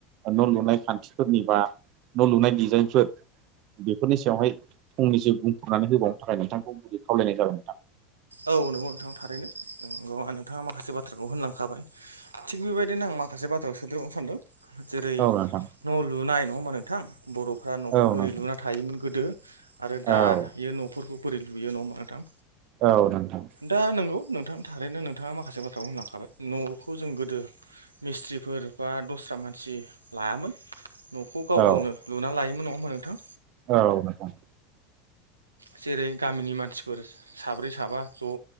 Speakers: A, on the right (about 50°); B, on the right (about 90°).
A: न' लुनाय खान्थिफोरनि बा न' लुनाय डिजाइनफोर। बेफोरनि सायावहाय फंनैसो बुंफोरनानै होबावनो थाखाय नोंथांखौ गुरै खावलायनाय जाबाय नोंथां।
B: औ नंगौ नोंथां थारैनो नोंगौआनोंथाङा माखासे बाथ्राखौ होनलांखाबाय। थिग बेबायदिनो आं माखासे बाथ्राखौ सोदेरबनो सानदों जेरै
A: औ नोंथां
B: न' लुनाय नङा होमबा नोंथां। बर'फ्रा न'खौ
A: औ
B: बोरै
A: नोंथां
B: लुना थायोमोन गोदो। आरो दा
A: औ
B: यो न'फोरखौ बोरै लुयो नङा होमबा नोंथां।
A: औ नोंथां।
B: दा नंगौ नोंथां थारैनो नोंथाङा माखासे बाथ्राखौ होनलांखाबाय न'खौ जों गोदो मिस्थ्रिफोर बा दस्रा मानसि लायामोन। न'खौ गाव
A: औ
B: गावनो लुना लायोमोन नङा होमबा नोंथां?
A: औ नोंगौ।
B: जेरै गामिनि मानसिफोर साब्रै साबा ज'